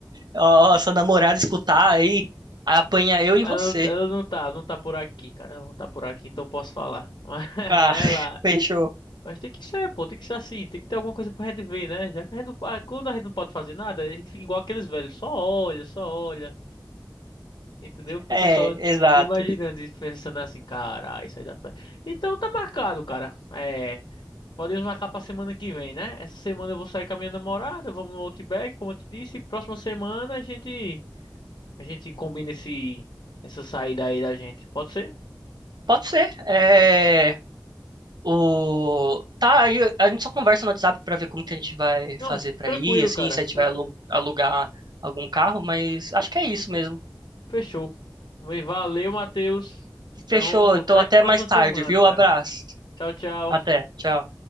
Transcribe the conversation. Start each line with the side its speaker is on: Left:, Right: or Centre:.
Right: Ó, ó, sua namorada escutar aí, aí apanha eu e
Left: Ela,
Right: você.
Left: não- ela não tá, não tá por aqui, cara. Ela não tá por aqui, então eu posso falar. <laughs> Mas,
Right: Ah,
Left: mas ela.
Right: <laughs> fechou.
Left: Mas tem que ser, pô, tem que ser assim, tem que ter alguma coisa pra gente ver, né? Já que a gente não, ah, quando a gente não pode fazer nada, a gente fica igual aqueles velhos, só olha, só olha, entendeu? Fica
Right: É,
Left: só
Right: exato.
Left: imaginando e pensando assim, cara, isso aí dá certo. Então tá marcado, cara. É, podemos marcar pra semana que vem, né? Essa semana eu vou sair com a minha namorada, vamos no Outback, como eu te disse, e próxima semana a gente, a gente combina esse, essa saída aí da gente. Pode ser?
Right: Pode ser. É. O... Tá, aí a gente só conversa no WhatsApp pra ver como que a gente vai
Left: Não,
Right: fazer pra
Left: tranquilo,
Right: ir, assim,
Left: cara,
Right: se a gente
Left: tranquilo.
Right: vai alu- alugar algum carro, mas acho que é isso mesmo.
Left: Fechou. Valeu, Matheus. Então,
Right: Fechou, então
Left: até
Right: até
Left: a próxima
Right: mais tarde,
Left: semana,
Right: viu?
Left: cara.
Right: Abraço.
Left: Tchau, tchau.
Right: Até, tchau.